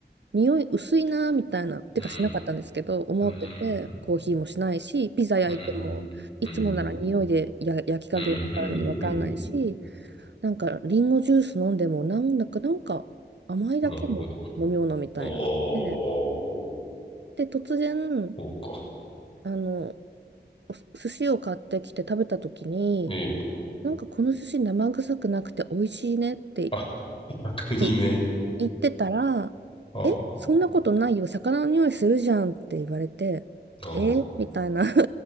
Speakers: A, on the right; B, on the left.
A: 匂い薄いなみたいな、てかしなかったんですけど、
B: うん
A: 思ってて、
B: うん、
A: コーヒーもしないし、ピザ焼いても、
B: うん、
A: いつもなら匂いでや焼き加減わかるのにわかんないし、
B: うん、うん、うん、うん
A: なんかリンゴジュース飲んでもなんだかなんか甘いだけの飲み物みたいな。
B: なるほど。ああ、そ
A: で、で突然
B: うか。
A: あのお寿司を買ってきて食べた時に
B: ええ。
A: なんかこの寿司生臭くなくて美味しいねって
B: あ、逆にね。
A: い言ってたら「えそんなことないよ魚の匂いするじゃん」って言われて「えみたいな
B: ああ、ああ。